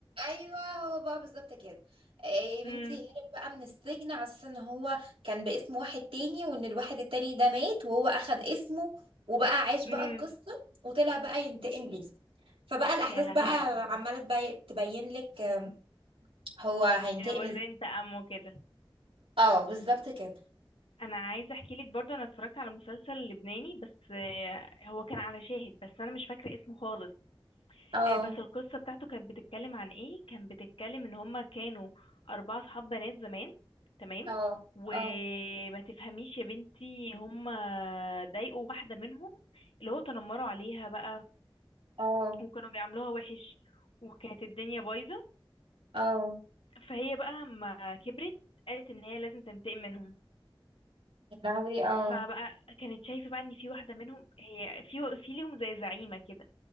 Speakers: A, on the right; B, on the left.
A: ايوه هو بقى بالظبط كده إيه يا
B: امم
A: بنتي هرب بقى من السجن على اساس ان هو كان باسم واحد تاني وان الواحد التاني ده مات وهو اخد اسمه وبقى عاش بقى
B: امم
A: القصه وطلع بقى ينتقم ليه فبقى الاحداث
B: يا لهوي
A: بقى عماله تبي- تبين لك آم، هو هينتقم
B: وزن
A: ازاي
B: تأمه كده
A: اه بالظبط كده
B: انا عايزه احكي لك برضو انا اتفرجت على مسلسل لبناني بس آه، هو كان على شاهد بس انا مش فاكره اسمه خالص
A: اه
B: آه، بس القصه بتاعته كانت بتتكلم عن ايه كانت بتتكلم ان هما كانوا اربعه صحاب بنات زمان تمام
A: اه
B: وما
A: اه
B: تفهميش يا بنتي هما ضايقوا واحده منهم اللي هو تنمروا عليها بقى
A: اه
B: وكانوا بيعاملوها وحش وكانت الدنيا بايظه
A: اه
B: فهي بقى اما كبرت قالت ان هي لازم تنتقم منهم
A: يا لهوي اه
B: فبقى كانت شايفه بقى ان في واحده منهم هي في في ليهم زي زعيمه كده